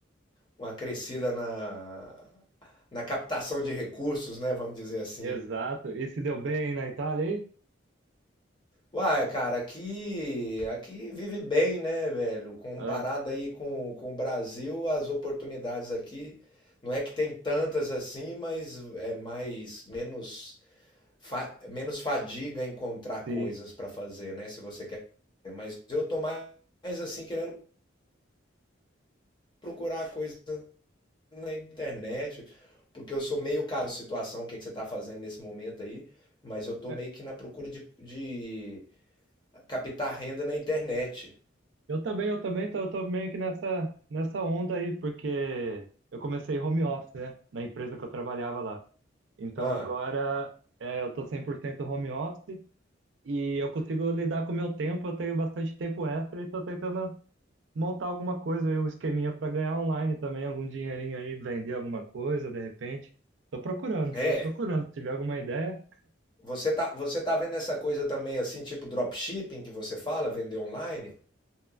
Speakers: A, on the left (about 25°); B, on the right (about 70°).
A: uma crescida na na captação de recursos, né, vamos dizer assim.
B: exato. E se deu bem na Itália aí?
A: Uai, cara, aqui, aqui vive bem, né, velho? Comparado
B: Ah,
A: aí com, com o Brasil, as oportunidades aqui não é que tem tantas assim, mas é mais menos fa- menos fadiga encontrar
B: sim.
A: coisas pra fazer, né? Se você quer. Mas eu tô mais assim querendo procurar coisas na internet, porque eu sou meio cara situação, o que que você tá fazendo nesse momento aí, mas eu tô
B: É,
A: meio que na procura de, de captar renda na internet.
B: Eu também, eu também tô, tô meio que nessa, nessa onda aí, porque eu comecei home office, né? Na empresa que eu trabalhava lá. Então
A: Hã.
B: agora é, eu tô 100% home office. E eu consigo lidar com o meu tempo, eu tenho bastante tempo extra e estou tentando montar alguma coisa, um esqueminha para ganhar online também, algum dinheirinho aí, vender alguma coisa, de repente. estou procurando,
A: É.
B: estou procurando, se tiver alguma ideia.
A: Você tá você tá vendo essa coisa também, assim, tipo dropshipping que você fala, vender online?